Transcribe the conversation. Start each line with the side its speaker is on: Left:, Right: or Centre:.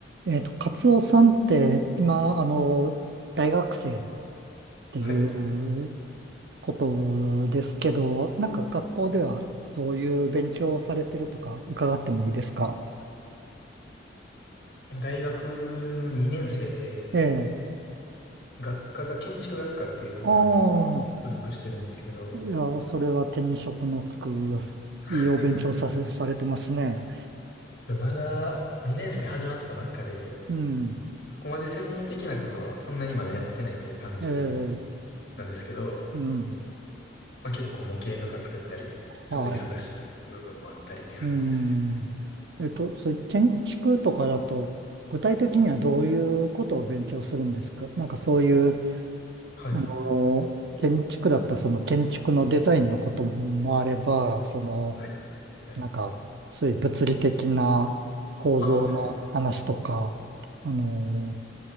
Right: えっと、カツオさんって、今、あの、大学生っていう
Left: はい。
Right: ことですけど、なんか学校ではどういう勉強をされてるとか伺ってもいいですか
Left: 今、大学の2年生で、
Right: ええ。
Left: 学科が建築学科っていうところに
Right: ああ、
Left: 所属してるんですけど、
Right: いや、それは手に職のつく、
Left: <laughs>
Right: いいお勉強させ、されてますね。
Left: でもまだ2年生始まったばっかで、
Right: うん。
Left: そこまで専門的なことはそんなにまだやってないっていう感じ
Right: ええ、
Left: なんですけど、
Right: うん。
Left: まあ、結構模型とか作ったり、ちょっと忙しい部分もあったりって感じですね。
Right: はい。うん。えっと、そういう建築とかだと、具体的にはどういうことを勉強するんですかなんかそういう
Left: はい。
Right: あの、建築だったらその建築のデザインのこともあれば、その、
Left: はいはいはい。
Right: なんか、そういう物理的な構造の話とか、
Left: あ、はいは
Right: あの、
Left: い。